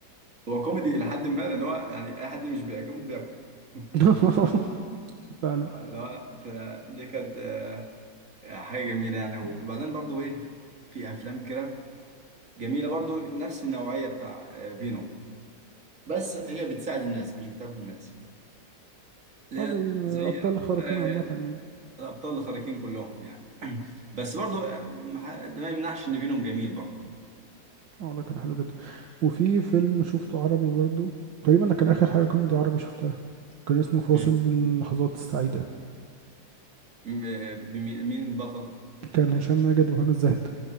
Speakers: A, on the right (about 45°); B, on the right (about 75°).
A: هو كوميدي الى حد ما لان هو يعني اي حد مش بيعجبه بياكله <laughs>
B: <laughs> فعلا.
A: فاللي هو ف- دي كانت آه، آه، حاجه جميله يعني وبعدين برضو ايه في افلام كده جميله برضو نفس النوعيه بتاع آه، فينوم بس هي بتساعد الناس مش بتاكل الناس اللي
B: هذا
A: هي زي
B: أبطال الخارقين
A: آه،
B: عامة يعني
A: الابطال الخارقين كلهم يعني <clears throat> بس برضو ما ده ما يمنعش ان بينهم جميل برضو
B: اه والله كان حلو جدا وفي فيلم شفته عربي برضو تقريبا كان آخر حاجة كوميدي عربي شفتها كان اسمه فاصل
A: مم.
B: من اللحظات السعيدة
A: م- بمين- مين بطل
B: كان هشام ماجد وهنا الزاهد